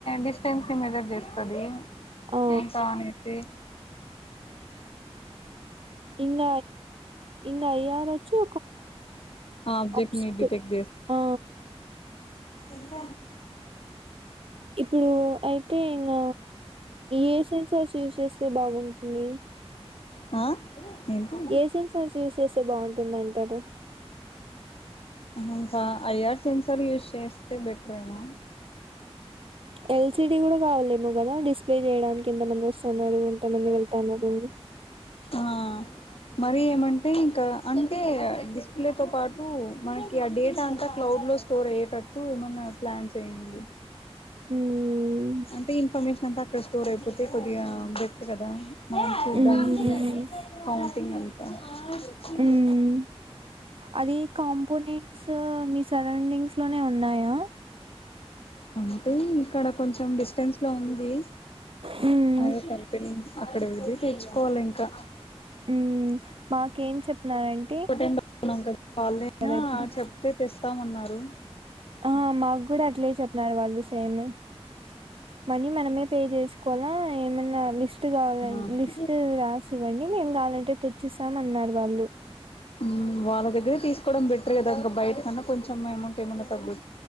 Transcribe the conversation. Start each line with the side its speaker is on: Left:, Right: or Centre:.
Left: డిస్టెన్స్ ని మెజర్ చేస్తుది
Right: ఆ
Left: ఉంటే అనేసి
Right: ఇంగ ఇంగ ఏ అయ్యారచ్చు
Left: ఆబ్జెక్ట్
Right: ఆప్స్
Left: ని డిటెక్ట్
Right: ఆ
Left: ఎంత
Right: ఇప్పుడు అయితే ఇంగ ఏ సెన్సార్స్ యూజ్ చేస్తే బాగుంటుంది
Left: ఆ ఏంటి
Right: ఏ సన్సార్స్ యూస్ చేస్తే బాగుంటుంది అంటారు
Left: ఇంకా ఐఆర్ సెన్సర్ యూస్ చేస్తే బెటరేమో
Right: ఎల్సిడి కూడా కావాలేమో కదా డిస్ ప్లే చేయడానికి ఎంతమంది వస్తన్నారు ఎంతమంది వెళ్తన్నారు
Left: ఆ మరి ఏమంటే ఇంకా అంటే డిస్ప్లే తో పాటు మన ఆ డేటా అంతా క్లౌడ్ లో స్టోర్ అయ్యేటట్టు ఏమన్నా ప్లాన్ చేయండి
Right: హ్మ్
Left: అంటే ఇన్ఫర్మేషన్ అంతా అక్కడ స్టోర్ అయిపోతుంది అయి కొద్దిగా బెటర్ కదా మనం చూడ్డానికి
Right: హ్మ్
Left: కౌంటింగ్ అంతా ఆవు కలు
Right: హ్మ్ అది కాంపోనెంట్స్ మీ సరౌండింగ్స్ లోనే ఉన్నాయా
Left: అంటే ఇక్కడ కొంచెం డిస్టెన్స్ లో ఉంది
Right: హ్మ్
Left: అదే కంపెనీ అక్కడే వెళ్ళి తీచ్చుకోవాలి ఇంకా
Right: ఉహ్ మాకేం చేపినరాన్
Left: ఒకటే డానం కదా వాళ్ళైనా
Right: ఇప్పుడు
Left: చెప్తే తేస్తాము అన్నారు.
Right: ఆ మాకు కూడా అట్లే చేపిన్నారు వాళ్ళు సేము. మనీ మనమే పే జేసుకోవాలా ఏమన్నా లిస్ లిస్ట్ గావాలన్
Left: ఆ
Right: లిస్ట్ రాసి ఇవ్వండి. మేం గావాలంటే తెచ్చిస్తాం అన్నారు వాళ్ళు
Left: ఉ వాళ్ళ దగ్గరే తీసుకోడం బెట్ట్రరే గాదా ఇగా బయట కన్నా కొంచం ఏమౌంట్ ఏమన్నా తగ్గు